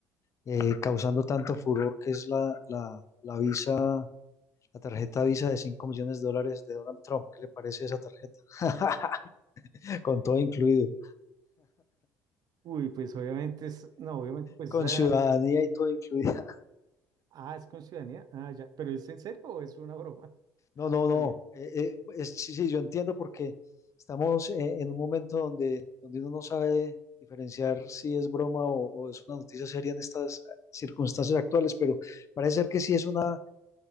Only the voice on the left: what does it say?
eh, causando tanto furor, que es la, la, la Visa La tarjeta Visa de 5 millones de dólares de Donald Trump. ¿Qué le parece esa tarjeta? <laughs> Con todo incluido.
Con
ciudadanía y todo incluido. <laughs>
No, no, no.
Eh, eh, es- sí, sí, yo entiendo porque estamos eh, en un momento donde, donde uno no sabe diferenciar si es broma o, o es una noticia seria en estas circunstancias actuales, pero parece ser que sí es una,